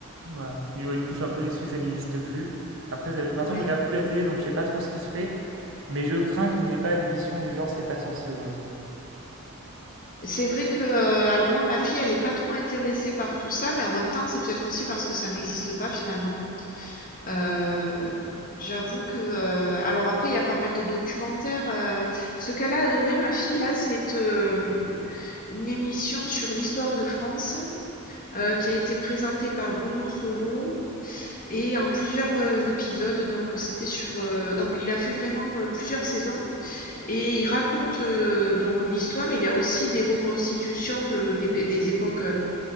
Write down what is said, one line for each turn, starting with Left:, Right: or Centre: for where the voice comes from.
Right: voilà. Du ouais, du coup, je suis un peu déçu que ça n'existe plus. Après, heu, maintenant,
Left: Ouais.
Right: je regarde plus la télé, donc je sais pas trop ce qui se fait, mais je crains qu'il n'y ait pas d'émission du genre «C'est pas sorcier» aujourd'hui.
Left: C'est vrai que, euh, alors moi, ma fille, elle est pas trop intéressée par tout ça, mais en même temps, c'est peut-être aussi parce que ça n'existe pas finalement. Heu, j'avoue que, heu alors après, il y a pas mal de documentaires, heu, ce qu'elle a adoré ma fille là, c'est, hem, une émission sur l'histoire de France, heu, qui a été présentée par Bruno Solo et en plusieurs, heu, épisodes donc, euh, c'était sur, heu donc il a fait vraiment, heu, plusieurs saisons et il raconte, heu, donc l'histoire et il y a aussi des reconstitutions de des pé des époques, euh,